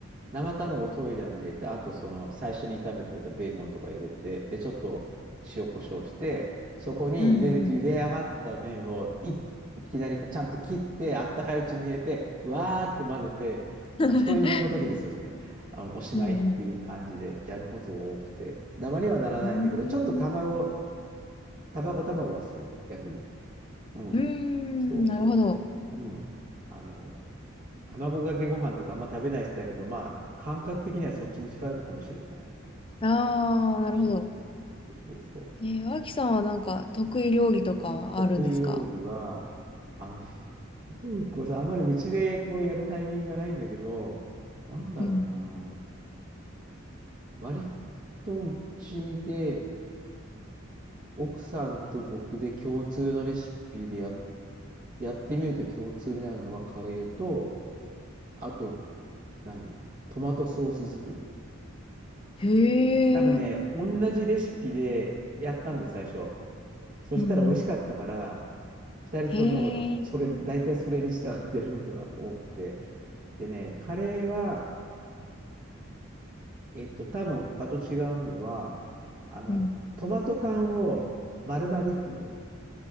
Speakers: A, on the right; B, on the left.
A: 生卵溶いたのに入れて、あとその最初に炒めといたベーコンとか入れて、で、ちょっと塩コショウして、そこに茹で、
B: うんうん。
A: 茹で上がった麺をい、いきなりちゃんと切って、あったかいうちに入れて、わーって混ぜて、
B: <laughs>
A: まあ一人分の時ですよ、それ。あの、おしまいっていう感じでやることが多くて。
B: うん
A: ダマにはならないんだけど、
B: うん。うーん。
A: ちょっと卵、卵卵はする、逆に。うん。
B: うーん、
A: そうそうそう。
B: なるほど。
A: うん。あの卵かけご飯とかあんま食べない人だけど、まあ、感覚的にはそっちに近いのかもしれない。うん
B: ああ、なるほど。
A: そうそうそうそうそう。
B: えー、脇さんはなんか得意料理とかはあるんですか
A: 得意料理は、あのね、<laughs> こうさ、あんまりうちでこうやるタイミングがないんだけど、なんだろうな。
B: うん。
A: 割とうちで、奥さんと僕で共通のレシピでや、やってみると共通になるのはカレーと、あと何トマトソース作り。
B: へ
A: 多分ね、
B: え。
A: 同じレシピでやったんです、最初。そしたら美味しかったから、
B: うんうん。
A: 二人とも、
B: へえ。
A: それ、大体それに従ってやることが多くて。でね、カレーは、えっと、多分他と違うのは、あの、
B: うん。
A: トマト缶を丸々一個入れる。